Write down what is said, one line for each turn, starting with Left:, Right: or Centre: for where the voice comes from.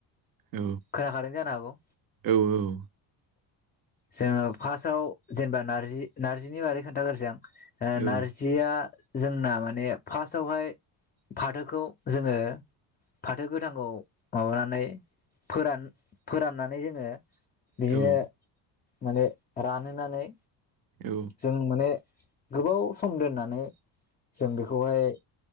Right: औ
Left: खोनाखादों जानो हागौ?
Right: औ औ।
Left: जोङो फार्स्टाव जेनेबा नारजि नार्जिनि बारै खोन्थागारसै आं ओ
Right: औ
Left: नारजि जिया जोंना माने फार्स्टआवहाय फाथोखौ जोङो। फाथो गोथांखौ माबानानै फोरान फोराननानै जोङो। बिदिनो
Right: औ
Left: माने रानहोनानै।
Right: औ।
Left: जों माने गोबाव सम दोननानै जों बेखौहाय